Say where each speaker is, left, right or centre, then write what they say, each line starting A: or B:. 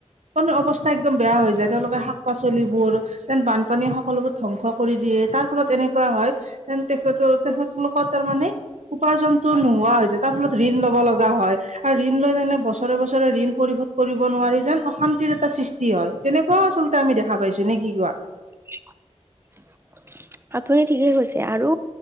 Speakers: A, on the right; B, on the right.
A: মানে অৱস্থা একদম বেয়া হৈ যায় তেওঁলোকে শাক পাচলিবোৰ যেন বানপানী সক <unintelligible> ধ্বংস কৰি তাৰ ফলত এনেক হয় তেখেতৰ তেখেতলোকৰ তাৰ মানে উপাৰ্জনটো নোহোৱা হৈ যায় তাৰ ফলত ঋণ ল'ব লগা হয় আৰু ঋণ লৈ তেনে বছৰে বছৰে ঋণ পৰিশোধ কৰিব নোৱাৰি যেন অশান্তিৰ এটা সৃষ্টি হয় তেনেকুৱাও আচলতে আমি দেখা পাইছোঁ নে কি কোৱো।
B: <inaudible> আপুনি ঠিকে কৈছে আৰু